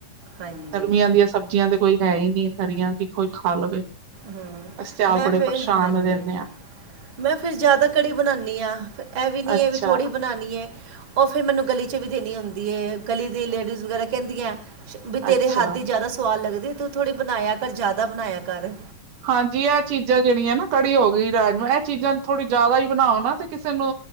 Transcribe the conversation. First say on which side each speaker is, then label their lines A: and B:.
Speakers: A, on the right (about 40°); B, on the right (about 80°).
A: ਹਾਂਜੀ
B: ਗਰਮੀਆਂ ਦੀਆਂ ਸਬਜ਼ੀਆਂ ਤੇ ਕੋਈ ਹੈ ਈ ਨੀ ਹਰੀਆਂ ਕੀ ਕੋਈ ਖਾ ਲਵੇ।
A: ਹੂੰ,
B: ਅਸੀਂ ਤੇ ਆਪ
A: ਮੈਂ
B: ਬੜੇ
A: ਫੇਰ
B: ਪਰੇਸ਼ਾਨ
A: ਹਾਂਜੀ
B: ਰਹਿੰਦੇ ਹਾਂ
A: ਮੈਂ ਫਿਰ ਜਾਦਾ ਕੜੀ ਬਨਾਨੀ ਆਂ, ਫਿਰ ਐ ਵੀ ਨਈਂ
B: ਅੱਛਾ
A: ਐ ਵੀ ਥੋੜ੍ਹੀ ਬਨਾਨੀ ਐ। ਓ ਫਿਰ ਮੈਨੂੰ ਗਲੀ ਚ ਵੀ ਦੇਨੀ ਹੁੰਦੀ ਐ ਗਲੀ ਦੀ ਲੇਡੀਜ਼ ਵਗੈਰਾ ਕੈਂਦੀਆਂ ਵੀ ਤੇਰੇ
B: ਅੱਛਾ
A: ਹੱਥ ਦੀ ਜਾਦਾ ਸਵਾਦ ਲੱਗਦੀ ਐ ਤੂੰ ਥੋੜੀ ਬਨਾਏਆ ਕਰ ਜਾਦਾ ਬਨਾਏਆ ਕਰ।
B: ਹਾਂਜੀ ਐ ਚੀਜ਼ਾਂ ਜੇੜੀਆਂ ਨਾ ਕੜੀ ਹੋ ਗਈ ਰਾਜਮਾਂ ਐ ਚੀਜ਼ਾਂ ਥੋੜੀ ਜਾਦਾ ਈ ਬਨਾਓ ਨਾ ਤੇ ਕਿਸੇ ਨੂੰ